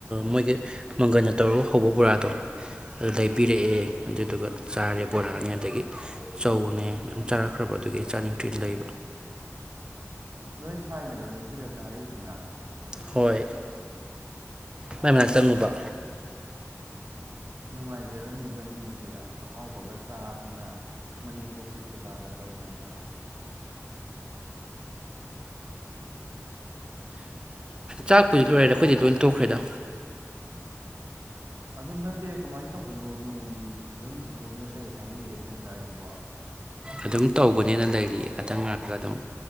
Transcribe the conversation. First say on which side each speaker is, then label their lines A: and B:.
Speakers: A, on the right; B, on the right.
A: ꯃꯣꯏꯒꯤ ꯃꯪꯒꯜꯅ ꯇꯧꯔꯒ ꯍꯧꯕ ꯕꯣꯔꯥꯗꯣ ꯑꯗꯨ ꯂꯩꯕꯤꯔꯛꯑꯦ ꯑꯗꯨꯗꯨꯒ ꯆꯥꯔꯦ ꯕꯣꯔꯥꯅꯦ ꯑꯗꯒꯤ ꯆꯧꯅꯦ ꯃꯌꯥꯝ ꯆꯥꯔꯛꯈ꯭ꯔꯕ ꯑꯗꯨꯒꯤ ꯆꯥꯅꯤꯡꯊꯨꯅ ꯂꯩꯕ
B: ꯅꯣꯏ ꯁꯥꯏꯅꯔꯣ ꯂꯩꯕꯤꯔ ꯆꯥꯔꯛꯏꯁꯤꯅ
A: ꯍꯣꯏ ꯃꯥꯏ ꯃꯅꯥꯛ ꯆꯪꯉꯨꯕ
B: ꯅꯨꯡꯉꯥꯏꯖꯔꯝꯅꯤꯗ ꯃꯤꯗꯤ ꯑꯍꯥꯎꯕꯒ ꯆꯥꯗꯅ ꯃꯅꯦꯝꯕꯣꯛꯀꯤ ꯁꯦꯕꯥꯒ ꯇꯧꯗꯅ
A: ꯆꯥꯛꯄꯨꯗꯤ ꯂꯣꯏꯔꯗ ꯑꯩꯈꯣꯏꯗꯤ ꯂꯣꯏ ꯇꯣꯛꯈ꯭ꯔꯦꯗ
B: ꯑꯗꯨ ꯅꯠꯇꯦ ꯀꯃꯥꯏꯅ ꯇꯧꯕꯅꯣ ꯅꯣꯡꯒꯤ ꯐꯤꯕꯝꯁꯤꯕꯨ ꯅꯣꯏ ꯀꯩ ꯍꯥꯏꯅꯔꯤꯒꯦ ꯅꯣꯏ ꯑꯗꯨꯋꯥꯏꯗꯨꯕꯣ
A: ꯑꯗꯨꯝ ꯇꯧꯒꯅꯦꯅ ꯂꯩꯔꯤ ꯑꯇꯪ ꯉꯔꯒ ꯑꯗꯨꯝ